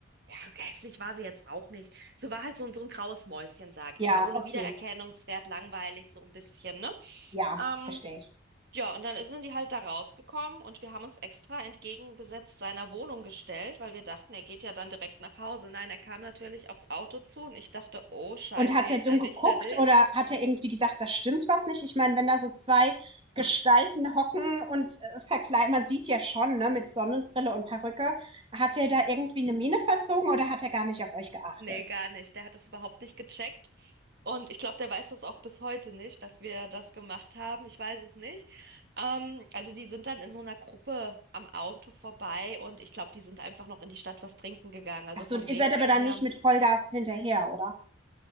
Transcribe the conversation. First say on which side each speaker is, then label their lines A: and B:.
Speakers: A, on the right; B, on the right.
A: ja, hässlich war sie jetzt auch nicht. Sie war halt so, ein- so ein graues Mäuschen, sag
B: ja,
A: ich mal. Ohne
B: okay,
A: Wiedererkennungswert, langweilig, so ein bisschen, ne?
B: ja,
A: Ähm,
B: verstehe ich.
A: Ja, und dann sind die halt da rausgekommen und wir haben uns extra entgegengesetzt seiner Wohnung gestellt, weil wir dachten, er geht ja dann direkt nach Hause. Nein, er kam natürlich aufs Auto zu und ich dachte, oh Scheiße,
B: Und hat
A: jetzt
B: er dumm
A: erwischt
B: geguckt
A: er dich.
B: oder hat er irgendwie gedacht, da stimmt was nicht? Ich meine, wenn da so zwei Gestalten hocken und äh, verkleiden, man sieht ja schon, ne, mit Sonnenbrille und Perücke, hat er da irgendwie eine Miene verzogen oder hat er gar nicht auf euch geachtet?
A: Nee, gar nicht. Der hat es überhaupt nicht gecheckt. Und ich glaube, der weiß das auch bis heute nicht, dass wir das gemacht haben. Ich weiß es nicht. Ähm, also die sind dann in so einer Gruppe am Auto vorbei und ich glaube, die sind einfach noch in die Stadt was trinken gegangen. Also
B: Ach so,
A: vom
B: ihr
A: Weg
B: seid aber dann
A: her
B: nicht mit Vollgas hinterher, oder?